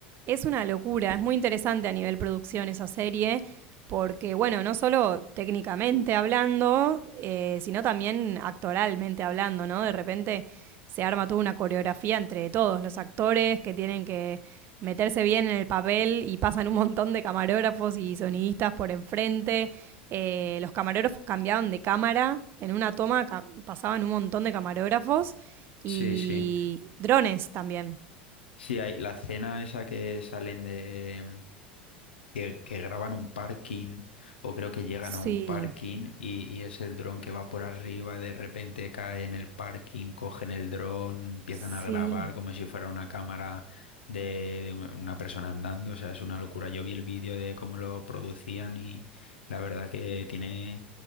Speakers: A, on the right; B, on the left.
A: Es una locura, es muy interesante a nivel producción esa serie, porque bueno, no solo técnicamente hablando, eh, sino también actoralmente hablando, ¿no? De repente se arma toda una coreografía entre todos los actores que tienen que meterse bien en el papel y pasan un montón de camarógrafos y sonidistas por enfrente. Eh, los camarógrafos cambiaban de cámara, en una toma ca- pasaban un montón de camarógrafos y
B: Sí, sí.
A: drones también.
B: Sí, hay, la escena esa que salen de, que, que graban un parking o creo que llegan
A: Sí,
B: a un parking y, y es el dron que va por arriba, de repente cae en el parking, cogen el dron, empiezan
A: sí.
B: a grabar como si fuera una cámara de, de una persona andando, o sea, es una locura. Yo vi el vídeo de cómo lo producían y la verdad que tiene